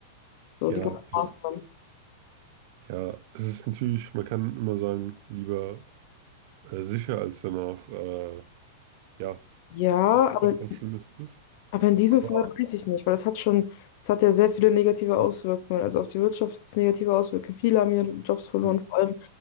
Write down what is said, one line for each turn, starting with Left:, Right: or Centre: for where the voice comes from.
Left: So,
Right: ja,
Left: die ganzen
Right: also,
Left: Maßnahmen.
Right: ja, es ist natürlich, man kann immer sagen, lieber äh, sicher als danach äh, Ja,
Left: Ja,
Right: dass es
Left: aber
Right: doch was Schlimmes ist.
Left: Aber in diesem
Right: Aber
Left: Fall weiß ich nicht, weil das hat schon, das hat ja sehr viele negative Auswirkungen. Also auf die Wirtschaft hat es negative Auswirkungen. Viele haben ihre Jobs verloren,
Right: hm,
Left: vor allem